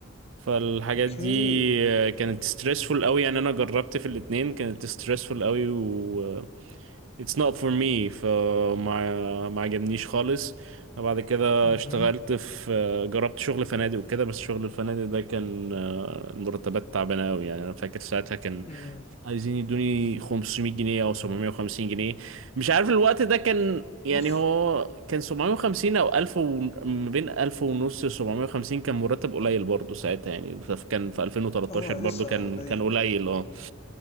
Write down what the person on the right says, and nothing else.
فالحاجات
دي آه، كانت stressful قوي يعني انا جربت في الاتنين كانت stressful قوي و it's not for me فما ما عجبنيش خالص بعد كده
اشتغلت في آه، جربت شغل فنادق وكده بس شغل الفنادق ده كان آه، المرتبات تعبانة قوي يعني انا فاكر ساعتها كان
عايزين يدوني 500 جنيه او 750 جنيه مش عارف الوقت ده كان يعني
هو كان 750 او 1000 و... ما بين 1000 ونص 750 كان مرتب قليل برضه ساعتها يعني ف- كان في 2013
برضه
كان
كان قليل اه